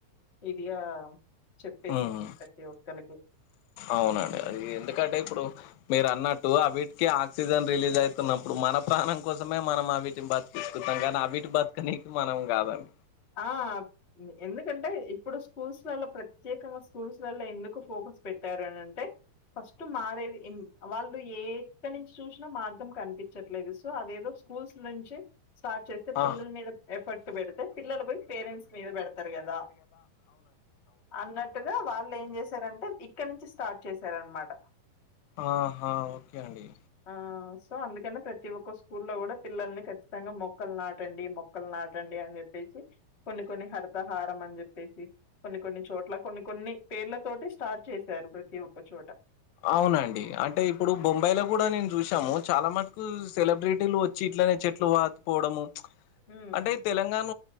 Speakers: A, on the left; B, on the left.
A: ఇదిగా చెప్పేసింది
B: ఉమ్.
A: ప్రతి ఒక్కలకి
B: అవునండి అది ఎందుకంటే ఇప్పుడు మీరు అన్నట్టు అవి ఆక్సిజన్ రిలీజ్ అయితున్నప్పుడు మన ప్రాణం కోసమే మనం వీటిని బతికించుకుంటాం కానీ అ వీటి బతుకని మనం కాదన్
A: ఆ ఎందుకంటే ఇప్పుడు స్కూల్స్ లలో ప్రతి ప్రత్యేకంగా స్కూల్స్ లల్లో ఎందుకు ఫోకస్ పెట్టారు అని అంటే ఫస్ట్ మరేదీ ఎమ్ వాళ్ళ్ ఎక్కడ నుంచి చూసినా మార్గం కనిపించట్లేదు సో అదేదో స్కూల్స్ నుంచే స్టార్ట్ చేస్తే
B: ఆ
A: పిల్లల మీద ఎఫర్ట్ పెడితే పిల్లలు పోయి పేరెంట్స్ మీద పెడతారు కదా అన్నట్టుగా వాళ్ళు ఏం చేశారంటే ఇప్ ఇక్కడ నుంచి స్టార్ట్ చేశారు అనమాట
B: ఆహా ఓకే అండి
A: ఆ సో అందుకనే ప్రతి ఒక్క స్కూల్లో కూడా పిల్లల్ని ఖచ్చితంగా మొక్కలు నాటండి మొక్కలు నాటండి అని చెప్ చేప్పెసి కొన్ని కొన్ని హరితహారం అని చెప్పేసి కొన్ని కొన్ని చోట్ల కొన్ని కొన్ని పేర్లతోటి స్టార్ట్ చేశారు ప్రతి ఒక్క చోట
B: అవునండి అంటే ఇప్పుడు బొంబాయిలో కూడా నేను చూసాము చాలా మంది సెలబ్రిటీలు వచ్చి ఇట్లనే చెట్లు పాతిపోవడము
A: హ్మ్.
B: అంటే తెలంగాణ